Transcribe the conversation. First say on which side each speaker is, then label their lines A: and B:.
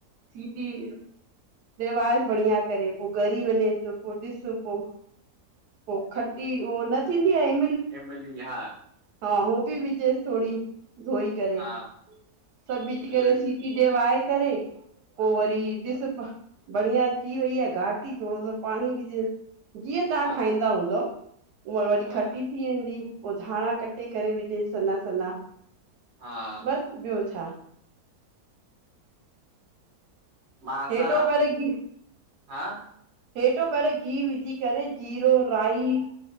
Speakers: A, on the right (about 85°); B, on the right (about 45°).
A: सीटी ढेवाज़ बढ़िया करे पोइ घरी ई वञे पोइ ॾिस पोइॾ पो खटी उह न थींदी आहे
B: इमली हा
A: हा हू बि विझेस थोडी धोई करे
B: हा
A: सभु विझी
B: उहे
A: करे सीटी कॾे वए करे पोइ वरी ॾिस बढ़िया थी वई आहे घाट ई थोड़ो सो पाणी विझेस जीअं तव्हां
B: हा
A: खाईंदा हूंदव। उहा वरी
B: हा
A: खटी थी वेंदी पोइ धाणा कटे करे विझ सना सन्हा
B: हा।
A: बस, ॿियो छा?
B: मासां
A: हेठों पेरे घी,
B: हा
A: हेेठों पहिरे गिहु विझी करे, जीरो, राई